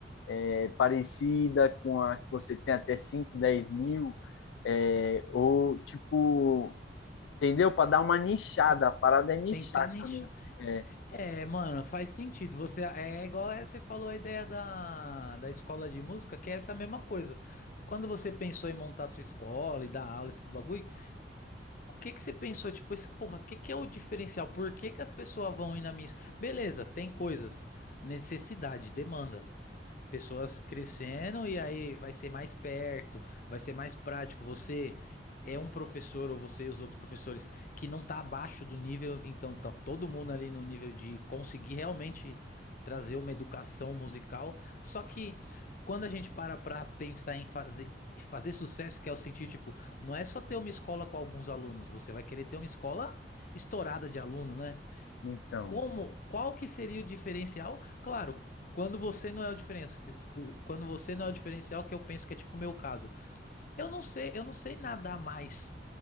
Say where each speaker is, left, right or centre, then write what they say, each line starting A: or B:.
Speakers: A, on the left (about 90°); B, on the left (about 50°).
A: é, parecida com a que você tem até 5 10 mil, é, ou tipo, entendeu? Para dar uma nichada,
B: Ten-
A: a parada é nichar.
B: Tentar nichar.
A: Quando, é,
B: É, mano, faz sentido. Você é igual é, você falou a ideia da, da escola de música, que é essa mesma coisa. Quando você pensou em montar sua escola e dar aula, esses bagulho, O que que você pensou, tipo, esse, porra, o que que é o diferencial? Por que que as pessoas vão ir na minha... es- Beleza, tem coisas, necessidade, demanda pessoas crescendo e aí vai ser mais perto, vai ser mais prático. Você é um professor ou você e os outros professores que não tá abaixo do nível, então tá todo mundo ali no nível de conseguir realmente trazer uma educação musical. Só que quando a gente para pra pensar em fazer fazer sucesso, que é o sentido, tipo, não é só ter uma escola com alguns alunos, você vai querer ter uma escola estourada de aluno, né?
A: então,
B: Como, qual que seria o diferencial? Claro, quando você não é o diferencial, quando você não é o diferencial, que eu penso que é tipo o meu caso. Eu não sei, eu não sei nadar mais